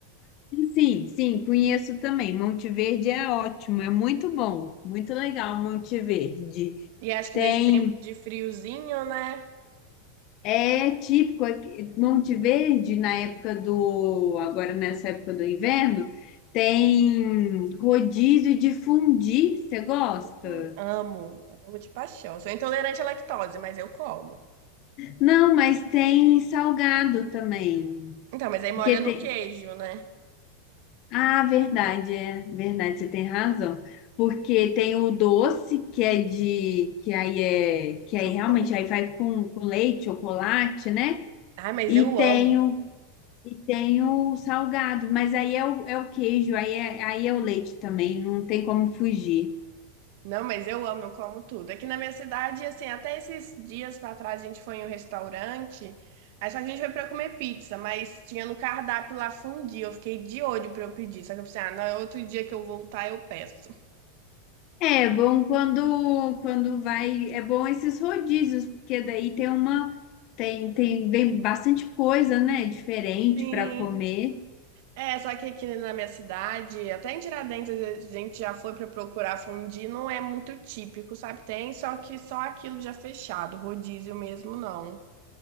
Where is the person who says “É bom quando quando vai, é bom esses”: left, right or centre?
Left